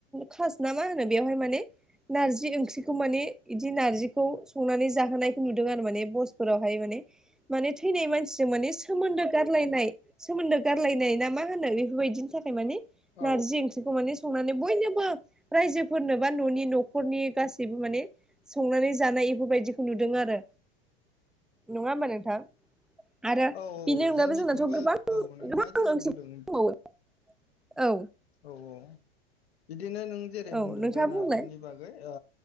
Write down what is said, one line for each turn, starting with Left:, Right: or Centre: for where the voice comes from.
Centre: खास ना मा होनो बेवहाय माने नारजि ओंख्रिखौ माने बिदि नारजिर्खौ संनानै जाहोनायखौ नुदों आरो माने बसफोरावहाय माने। माने थैनाय मानसिजों माने सोमोन्दो गारलायनाय सोमोन्दो गारलायनाय ना मा होनो बेफोरबायदिनि थाखाय मानि
Left: औ
Centre: नारजि ओंख्रि खौ माने संनानै बयनोबो रायजोफोरनो बा न'नि न'खरनि गासैबो माने संनानै जानाय बेफोरबायदिखौ नुदों आरो नङा होमबा नोंथां? आरो
Left: औ
Centre: बिनि अनगायैबो
Left: जोंनिथिंबो
Centre: जोंनाथ' गोबां
Left: औ नोंथाङा
Centre: गोबां
Left: जेरै
Centre: ओंख्रि
Left: बुंदों
Centre: दंबावो। औ।
Left: औ-औ बिदिनो नों जेरै
Centre: औ
Left: बुंदों
Centre: नोंथाङा
Left: दा नारजिनि
Centre: बुंलाय
Left: बागै। ओ